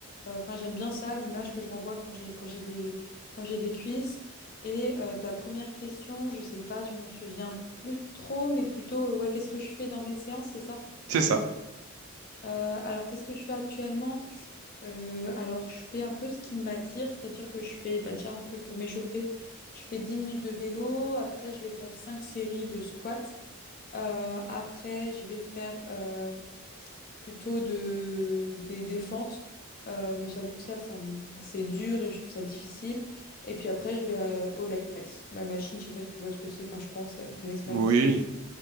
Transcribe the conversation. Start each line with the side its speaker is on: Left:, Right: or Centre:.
Left: Euh, Enfin, j'aime bien ça, l'image que je renvoie quand j'ai quand j'ai des quand j'ai des cuisses. Et euh, ta première question, je sais pas, je m'en souviens plus trop, mais plutôt, euh, ouais, qu'est-ce que je fais dans mes séances, c'est ça?
Right: C'est ça.
Left: Euh, alors, qu'est-ce que je fais actuellement? Euh, alors, je fais un peu ce qui m'attire, c'est-à-dire que je fais bah, déjà un peu pour m'échauffer, je fais 10 minutes de vélo, après je vais faire 5 séries de squats, Euh, après je vais faire euh, plutôt de, des, des fentes, Euh, mais j'avoue que ça, ça me- enfin, c'est dur et je trouve ça difficile. Et puis après, je vais euh, au leg press, la machine, je sais pas si tu vois ce que c'est, enfin, je pense avec ton expérience.
Right: Oui,